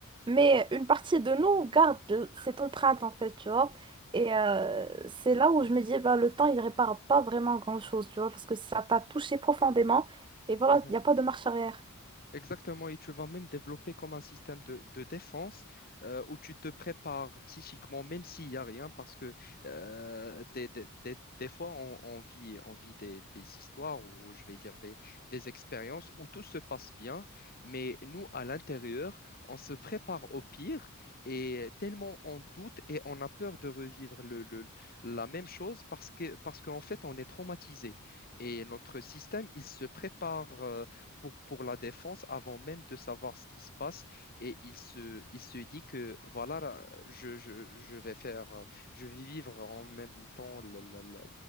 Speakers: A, on the right; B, on the left.
A: mais
B: Mhm,
A: une partie de nous garde de- cette empreinte en fait, tu vois. Et euh, c'est là où je me dis, bah, le temps, il répare pas vraiment grand-chose, tu vois, parce que ça t'a touché profondément. Et voilà,
B: mhm.
A: il n'y a pas de marche arrière.
B: Exactement, et tu vas même développer comme un système de, de défense euh, où tu te prépares psychiquement, même s'il n'y a rien, parce que euh, des, des- des- des fois, on, on vit, on vit des, des histoires ou je vais dire des, des expériences où tout se passe bien, mais nous, à l'intérieur, on se prépare au pire et tellement on doute et on a peur de revivre le, le- la même chose parce que, parce qu'en fait, on est traumatisé et notre système, il se prépare. euh, pour, pour la défense avant même de savoir ce qui se passe. Et il se, il se dit que voilà, là, je, je, je vais faire, euh, je vais vivre en même temps la, la- la-